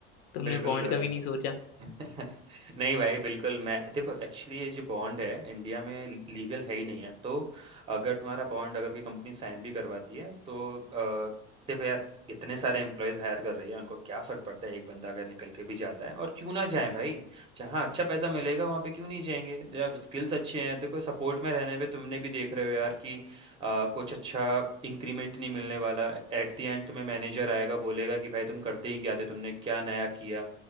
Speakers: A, on the left; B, on the right.
A: तुमने
B: बिल्कुल
A: बॉन्ड
B: भाई
A: का भी नहीं सोचा
B: <laughs> नहीं भाई बिल्कुल मैं देखो एक्चुअली ये जो बॉन्ड है इंडिया में लीगल है ही नहीं है तो अगर तुम्हारा बॉन्ड अगर कोई कंपनी साइन भी करवाती है तो अ, देखो यार इतने सारे एम्प्लॉयज हायर कर रही है उनको क्या फर्क पड़ता है एक बंदा अगर निकल के भी जाता है और क्यों ना जाए भाई जहाँ अच्छा पैसा मिलेगा वहाँ पे क्यों नहीं जाएंगे जब स्किल्स अच्छे हैं देखो सपोर्ट में रहने पे तुमने भी देख रहे हो यार कि अ, कुछ अच्छा इंक्रीमेंट नहीं मिलने वाला एट द एंड तुम्हें मैनेजर आएगा बोलेगा कि भाई तुम करते ही क्या थे तुमने क्या नया किया